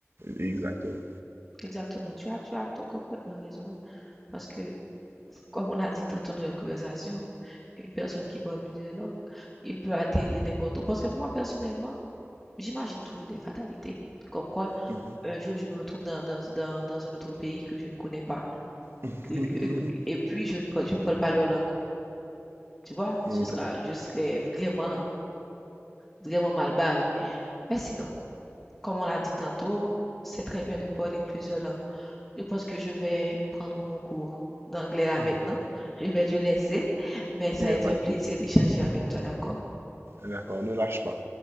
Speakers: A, on the right (about 60°); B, in the centre.
A: exactement.
B: Exactement. Tu as, tu as tout complètement raison. ouais. Parce que, comme on l'a dit tantôt dans la conversation, une personne qui parle plusieurs langues, il peut atterrir n'importe où. Parce que moi, personnellement, j'imagine toujours des fatalités. Comme quoi,
A: Mhm.
B: un jour, je me retrouve dans, dans, dans, dans un autre pays que je ne connais pas.
A: Mhm.
B: que- que-
A: <laughs>
B: et puis, je ne, parle- je ne parle pas leur langue. Tu vois,
A: Mhm.
B: ce sera, je serais vraiment, vraiment mal barré. Mais sinon, comme on l'a dit tantôt, c'est très bien de parler plusieurs langues. Je pense que je vais prendre mon cours d'anglais là
A: Mhm.
B: maintenant. Je vais te laisser, mais ça
A: Il n'y
B: a été
A: a pas
B: un
A: de
B: plaisir
A: souci.
B: d'échanger avec toi, d'accord?
A: D'accord, ne lâche pas.